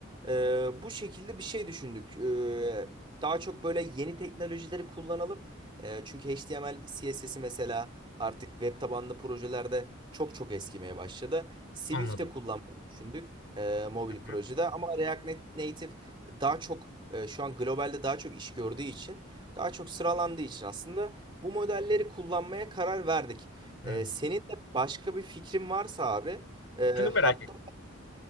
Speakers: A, on the right (about 25°); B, on the left (about 75°).
A: Ee, bu şekilde bir şey düşündük. Ee, daha çok böyle yeni teknolojileri kullanalım. Ee, çünkü HTML, CSS'i mesela artık web tabanlı projelerde çok çok eskimeye başladı. Swift
B: Anladım.
A: de kullanmayı düşündük e, mobil
B: Hı
A: projede
B: hı.
A: ama React Native daha çok e, şu an globalde daha çok iş gördüğü için, daha çok sıralandığı için aslında bu modelleri kullanmaya karar verdik.
B: Hı.
A: E, senin de başka bir fikrin varsa abi, e,
B: Şunu merak
A: hatta
B: ettim.